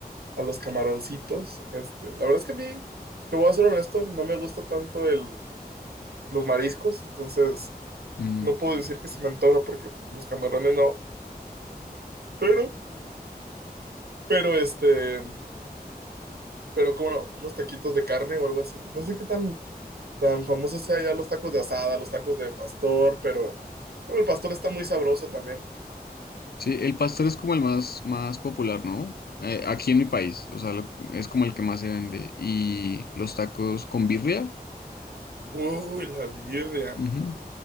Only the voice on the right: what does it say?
a los camaroncitos. Este, la verdad es que a mí, te voy a ser honesto, no me gusta tanto el los mariscos, entonces
no puedo decir que se me antoja porque los camarones no, pero, pero este, pero cómo no, unos taquitos de carne o algo así. No sé qué tan, tan famosos sea ya los tacos de asada, los tacos de pastor, pero bueno, el pastor está muy sabroso también.
Uy, la birria.